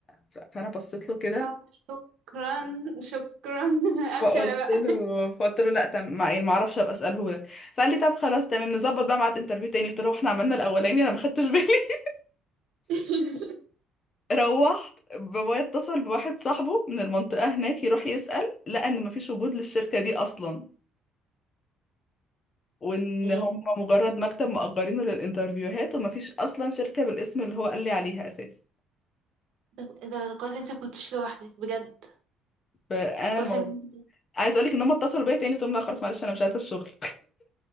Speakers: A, on the left; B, on the right.
A: ف- فانا بصيت له كده
B: طب شكرا شكرا <laughs> امشي
A: فقلت
B: انا بقى
A: له فقلت له لا تم ما يعني ما اعرفش ابقى اساله لك فقال لي طب خلاص تمام نظبط بقى ميعاد انترفيو تاني قلت له احنا عملنا الاولاني انا ما خدتش بالي <laughs>
B: <laughs>
A: روحت بابايا اتصل بواحد صاحبه من المنطقة هناك يروح يسأل لقى ان مفيش وجود للشركة دي اصلا وان
B: ايه
A: هم مجرد مكتب مأجرينه للانترفيوهات ومفيش اصلا شركة بالاسم اللي هو قال لي عليها اساسا
B: ده ده ده كويس انت ما كنتش لوحدك بجد
A: فانا
B: كويس
A: الموضوع
B: ان انت
A: عايز اقولك ان هم اتصلوا بيا تاني قلت لهم لا خلاص معلش انا مش عايزه الشغل